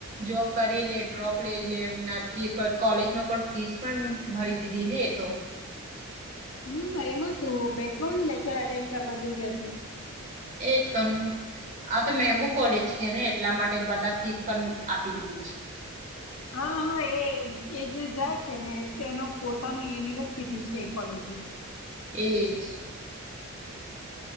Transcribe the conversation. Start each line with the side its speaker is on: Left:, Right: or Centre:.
Right: જોબ કરી લે ડ્રોપ લઈ લે એમ નથી પણ કોલેજ ન પણ ફીસ પણ ભરી દીધી ને એ તો.
Left: હમ એમાં શું બેકરોલ લેચરન્ડ અટેન્ડ કરવા જોઈએ.
Right: એક તો. આ તો મેંગુ કોલેજ છે ને એટલા માટે બધા ફીસ પણ આપી દીધી છે.
Left: હા હા એ એ જે જાય છે ને એનો પોતાનું યુનિવર્સિટી છે એ કોલેજમાં.
Right: એ જ.